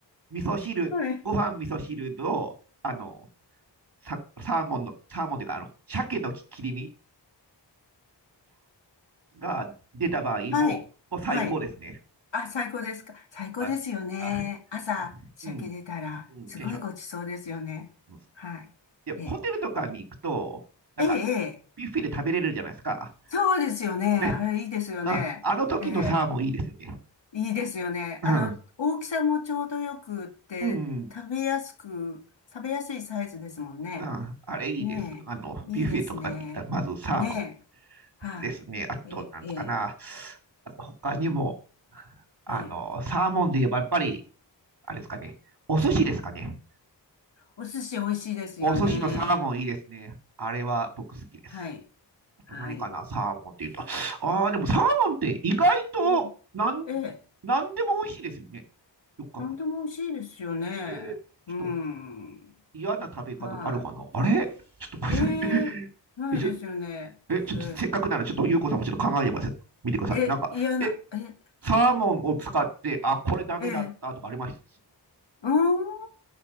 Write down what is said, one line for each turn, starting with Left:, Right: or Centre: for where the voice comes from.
Right: 味噌汁、
Left: はい。
Right: ご飯味噌汁と、あの、サ、サーモンの、サーモンというか、あの、鮭の切り身が出た場合も、
Left: はい。
Right: もう最高ですね。
Left: はい。あ、最高ですか。最高ですよね。
Right: はい。はい。
Left: 朝、鮭出たら、
Right: うん。うん。
Left: すごいごちそうですよね。
Right: テンション。
Left: はい。
Right: で、
Left: ええ、
Right: ホテルとかに行くと、なんか、
Left: ええ、ええ
Right: ビュッフェで食べれるじゃないですか。
Left: そうですよね。
Right: ね。
Left: あれ、いいですよね。
Right: あ、あの時のサーモンいいですよね。
Left: ええ、いいですよね。
Right: うん。
Left: あの、大きさもちょうどよくって、
Right: うん。
Left: 食べやすく、食べやすいサイズですもんね。
Right: うん、あれいいです。
Left: ねえ、
Right: あの、ビュッフェとかに行ったら、
Left: いいですね。
Right: まずサーモ
Left: ねえ、はい。
Right: ンですね。あと、
Left: ええ、
Right: なんかな。
Left: ええ、
Right: あと、他にも、あの、
Left: ええ
Right: サーモンで言えば、やっぱり、あれですかね。お寿司ですかね。
Left: お寿司美味しいですよね。
Right: お寿司のサーモンいいですね。あれは僕好きです。
Left: はい、はい。
Right: と何かな、サーモンって言うと。ああ、でもサーモンって意外となん、
Left: ええ、ええ
Right: なんでも美味しいですよね。よく考えたら。
Left: なんでも美味しいですよね。
Right: えーちょっと
Left: うん。
Right: 嫌な食べ方ってあるかなあれちょっとごめんなさい。
Left: はい。ええないですよね。
Right: え、ちょ、えちょっとせっかくならちょっとゆうこさんもちょっと考えてみます。
Left: え
Right: 見てください。
Left: ええ、
Right: なんか、
Left: 嫌な、
Right: え、
Left: え、
Right: サーモンを使って、あ、これダメだったとかあります
Left: ええうーん。